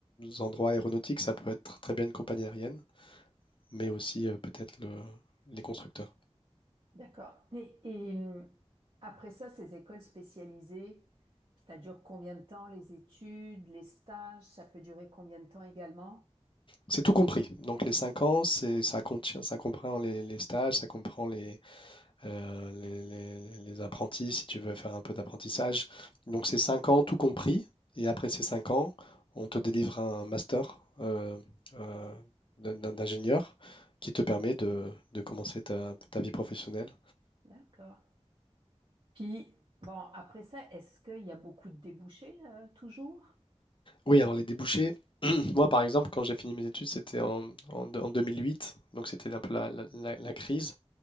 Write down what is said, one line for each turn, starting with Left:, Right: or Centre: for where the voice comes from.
Left: endroits aéronautiques. Ça peut être très bien une compagnie aérienne, mais aussi euh, peut-être le- les constructeurs.
Right: D'accord. Et, et, hum, après ça, ces écoles spécialisées, ça dure combien de temps les études, les stages, ça peut durer combien de temps également?
Left: C'est tout compris. Donc les 5 ans, c'est, ça contient, ça comprend les, les stages, ça comprend les, euh, les, les- les apprentis, si tu veux faire un peu d'apprentissage. Donc c'est 5 ans tout compris, et après ces 5 ans, on te délivre un master euh, euh, d'un- d'un- d'ingénieur qui te permet de, de commencer ta, ta vie professionnelle.
Right: D'accord. Puis, bon, après ça, est-ce qu'il y a beaucoup de débouchés euh, toujours?
Left: Oui, alors les débouchés, <clears throat> moi par exemple, quand j'ai fini mes études, c'était en, en, en 2008, donc c'était un peu la, la- la- la crise.